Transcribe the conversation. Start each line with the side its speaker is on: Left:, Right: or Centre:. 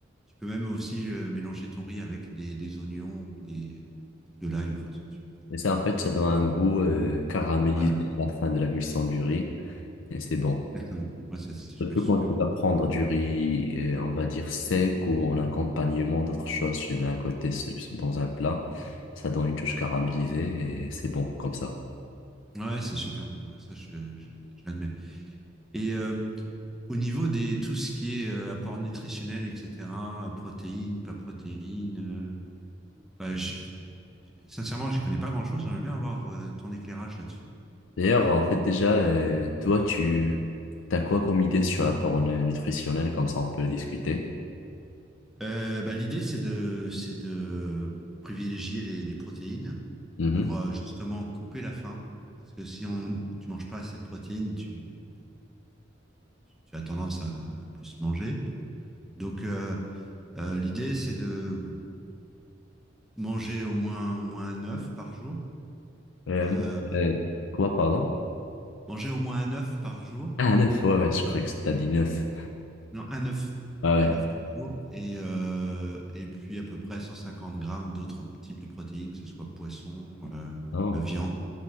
Centre: Tu peux même aussi euh, mélanger ton riz avec des, des oignons ou des, ou de l'ail, ou enfin, ce que tu veux.
Left: mais ça, en fait, ça donne un goût euh, caramélisé
Centre: Voilà,
Left: à la fin de la cuisson du riz. Et c'est bon.
Centre: exactement. Ouais, c'est c'est
Left: Surtout
Centre: super
Left: quand tu
Centre: bon.
Left: vas prendre du riz, euh, on va dire sec ou en accompagnement d'autres choses, tu le mets à côté ce- dans un plat. Ça donne une touche caramélisée et c'est bon comme ça.
Centre: Ouais, c'est super bon, ouais, ça, je, je, je l'admets. Et euh, Au niveau des tout ce qui est euh, apport nutritionnel, etc., euh, protéines, pas protéines, euh, enfin, j'y- sincèrement, j'y connais pas grand-chose. J'aimerais bien avoir euh, ton éclairage là-dessus.
Left: D'ailleurs, en fait, déjà, euh, toi, tu as quoi comme idée sur la parole nutritionnelle? Comme ça, on peut le discuter.
Centre: Euh, bah, l'idée, c'est de, c'est de privilégier les, les protéines
Left: Mhm.
Centre: pour euh, justement couper la faim. Parce que si on, tu manges pas assez de protéines, tu, tu as tendance à, à plus manger. Donc, euh, euh, l'idée, c'est de manger au moins, au moins un œuf par jour.
Left: Euh,
Centre: Euh,
Left: euh, quoi, pardon?
Centre: Manger au moins un œuf par jour.
Left: Ah, neuf, ouais, ouais, je croyais que t'as dit neuf.
Centre: Non, un œuf.
Left: Ouais,
Centre: Un
Left: ouais.
Centre: œuf par jour. Et, euh, et puis à peu près 150 grammes d'autres types de protéines, que ce soit poisson, euh,
Left: Oh.
Centre: viande.